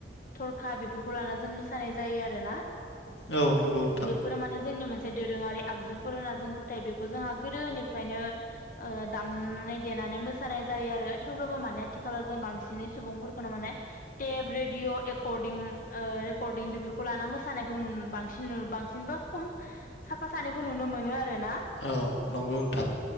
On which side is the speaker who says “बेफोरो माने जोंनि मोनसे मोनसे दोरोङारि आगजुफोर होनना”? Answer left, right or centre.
Left